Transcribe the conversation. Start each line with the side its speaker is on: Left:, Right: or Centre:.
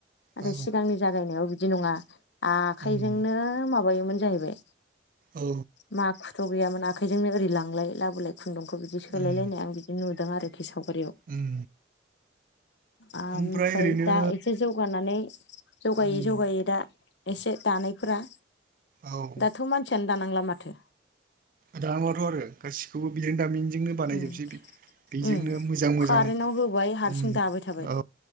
Left: आरो
Right: औ
Left: सिगांनि जागायनायाव बिदि नङा आखाइजोंनो
Right: उम
Left: माबायोमोन जाहैबाय
Right: औ
Left: माखुथ' गैयामोन आखाइजोंनो ओरै लांलाय लाबोलाय खुन्दुंखौ बिदि सोलायलायनाय
Right: उम
Left: आं बिदि नुदों आरोखि सावगारियाव
Right: उम
Left: आमफ्राय
Right: ओमफ्राय ओरैनो
Left: दा एसे जौगानाय माने जौगायै
Right: उम
Left: जौगायै दा एसे दानायफोरा
Right: औ
Left: दाथ' मानसियानो दानांला माथो
Right: दानाथ' आरो गासिखौबो बिरोंदामिनजोंनो बानायजोबसै
Left: उम
Right: बि बेजोंनो
Left: उम
Right: मोजां मोजां
Left: कारेन्टाव होबाय हारसिं
Right: ओम
Left: दाबाय थाबाय
Right: औ